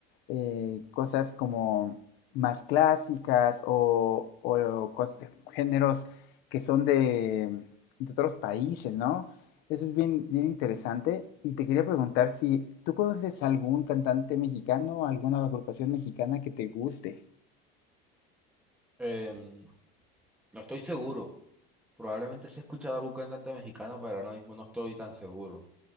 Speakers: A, on the left; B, in the centre.
A: eh, cosas como más clásicas o, o cos- géneros que son de, de otros países, ¿no? Eso es bien, bien interesante. Y te quería preguntar si tú conoces algún cantante mexicano, alguna agrupación mexicana que te guste.
B: Em, no estoy seguro. Probablemente sí he escuchado algún cantante mexicano, pero ahora mismo no estoy tan seguro.